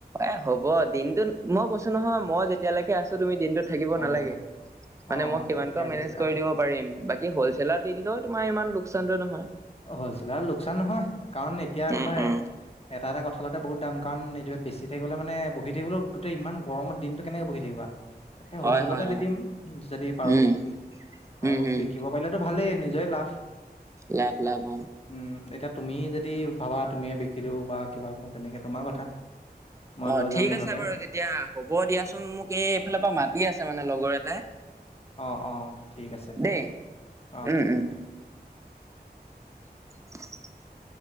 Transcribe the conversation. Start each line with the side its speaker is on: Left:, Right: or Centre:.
Right: এ হ'ব দিনটোত মই কৈছোঁ নহয় মই যেতিয়ালৈকে আছোঁ তুমি দিনটোত থাকিব
Left: হয়,
Right: নালাগে মানে
Left: অ',
Right: মই
Left: অ',
Right: সিমানকৈ
Left: ঠিকে আছে
Right: মেনেজ
Left: তেতিয়াহ'লে।
Right: কৰি দিব পাৰিম বাকী হলচেলাৰ দি দিলোঁ তোমাৰ ইমান লোকচানটো নহয়
Left: হলচেলাৰ লোকচান নহয় কাৰণ এতিয়া
Right: উম
Left: তোমাৰ
Right: উম
Left: এটা এটা কঁঠালতে বহুত দাম কাৰণ এতিয়া বেছি থাকিবলৈ মানে বহি থাকিবলৈও গোটেই ইমান গৰমৰ দিনটো কেনেকৈ বহি থাকিবা তাকে
Right: হয়
Left: হলচেলতে
Right: হয়
Left: দি
Right: অ
Left: দিম যদি পাৰো
Right: উম উম
Left: আৰু
Right: হম
Left: বিকি দিব পাৰিলেতো ভালেই নিজৰেই লাভ
Right: লাভ লাভ অহ
Left: উম এতিয়া তুমি যদি ভাবা তুমিয়ে বিক্ৰী দিব বা কিবা আকৌ তেনেকে তোমাৰ কথা মই
Right: অ
Left: লৈ
Right: ঠিক
Left: যাম মুঠতে,
Right: আছে বাৰু তেতিয়া হ'ব দিয়াচোন মোক এই এইফালৰ পৰা মাতি আছে মানে লগৰ এটাই
Left: অ অ ঠিক আছে তেতিয়া
Right: দেই
Left: অ
Right: উম
Left: ঠিক
Right: উম
Left: আছে
Right: <inaudible>